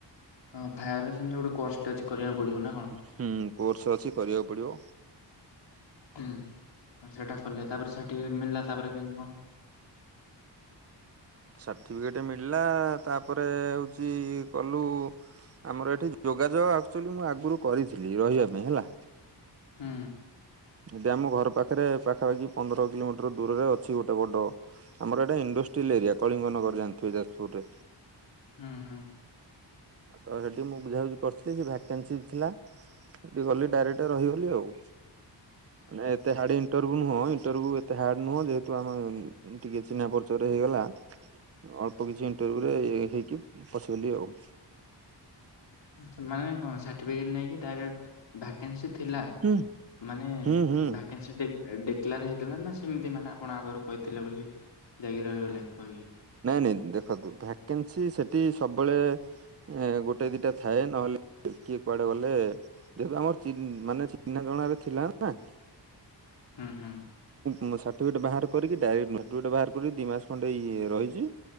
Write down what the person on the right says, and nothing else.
ହୁଁ କୋର୍ସ ଅଛି କରିବାକୁ ପଡିବ।
ସାର୍ଟିଫିକେଟ ମିଳିଲା ତାପରେ ହୋଉଛି କଲୁ ଆମର ଏଠି ଯୋଗାଯୋଗ ଆକ୍ଚୋଲି ମୁଁ ଆଗରୁ କରିଥିଲି ରହିବା ପାଇଁ ହେଲା।
ଏଠି ଆମ ଘର ପାଖରେ ପାଖାପାଖି ପନ୍ଦର କିଲୋମିଟର ଦୂରରେ ଅଛି ଗୋଟେ ବଡ। ଆମର ଏଇଟା ଇଣ୍ଡଷ୍ଟ୍ରିଆଲ୍ ଏରିଆ କଳିଙ୍ଗନଗର ଜାଣିଥିବ ଯାଜପୁରରେ।
ଆଉ ତ ସେଠି ମୁଁ ବୁଝାବୁଝି କରିଥିଲି ସେ ଭାକେନ୍ସି ଥିଲା ସେଠି ଗଲି ଡାଇରେକ୍ଟ ରହିଗଲି ଆଉ। ମାନେ ଏତେ ହାର୍ଡ ଇଣ୍ଟରଭିଉ ନୁହଁ ଇଣ୍ଟରଭିଉ ଏତେ ହାର୍ଡ ନୁହଁ ଯେହେତୁ ଆମେ ଟିକେ ଚିହ୍ନା ପରିଚୟରେ ହେଇଗଲା। ଅଳ୍ପ କିଛି ଇଣ୍ଟରଭିଉ ରେ ହେଇକି ପଶିଗଲି ଆଉ।
ହୁଁ
ହୁଁ ହୁଁ
ନାଇଁ ନାଇଁ ଦେଖନ୍ତୁ ଭ୍ୟାକାନ୍ସି ସେଠି ସବୁବେଳେ ଏ ଗୋଟେ ଦିଟା ଥାଏ ନହେଲେ କିଏ କୁଆଡେ ଗଲେ? ଯେହେତୁ ଆମର ଚୀନ୍ ମାନେ ଚିହ୍ନାଜଣା ରେ ଥିଲା ନା।
ମୁଁ ସାର୍ଟିଫିକେଟ ବାହାର କରିକି ଡାଇରେକ୍ଟ ସାର୍ଟିଫିକେଟ ବାହାର ମୁଁ ଦି ମାସ ଖଣ୍ଡେ ଇଏ ରହିଛି